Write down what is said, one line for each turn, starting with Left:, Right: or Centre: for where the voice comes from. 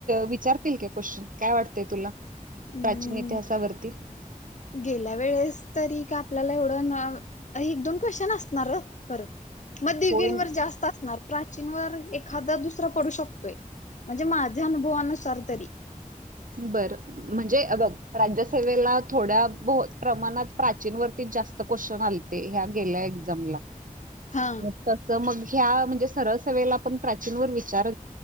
Right: विचारतील का क्वेश्चन काय वाट तय तुला
Left: हम्म
Right: प्राचीन इतिहासावरती.
Left: गेल्या वेळेस तरी का आपल्याला एवढं ना एक दोन क्वेश्चन असणार खरं. मग दिदी
Right: होय
Left: न वर जास्त प्राचीन वर एखादा दुसर पडू शकतोय म्हणजे माझ्या अनुभवानुसार तरी.
Right: बरं. म्हणजे बघ राज्यसभेला थोड्या ब प्रमाणात प्राचीन वरती जास्त क्वेश्चन आल ते ह्या गेल्या एक्झाम ला.
Left: हा
Right: म तस मग ह्या म्हणजे सरळ सवेला पण प्राचीनवर विचार